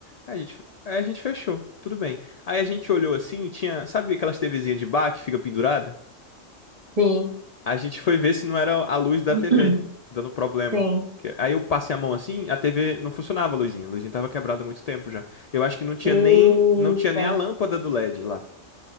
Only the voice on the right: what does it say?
Sim,
<clears throat>
sim.
Eita,